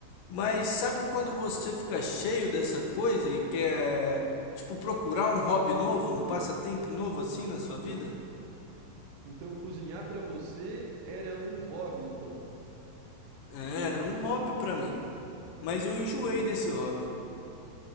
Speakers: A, on the left; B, on the right.
A: mas sabe quando você fica cheio dessa coisa e quer, tipo, procurar um hobby novo, um passatempo novo assim na sua vida?
B: Então, cozinhar pra você era um hobby, então.
A: É, Era um hobby pra mim, mas eu enjoei desse hobby.